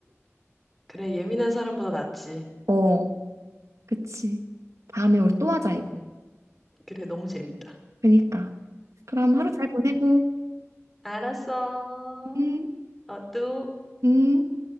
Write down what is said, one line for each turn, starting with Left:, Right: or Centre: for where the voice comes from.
Centre: 그래. 예민한 사람보다 낫지.
Right: 어, 그치. 다음에 우리 또 하자, 이거.
Centre: 그래. 너무 재밌다.
Right: 그니까. 그럼 하루 잘 보내고.
Centre: 알았어.
Right: 음,
Centre: 어, 또.
Right: 음.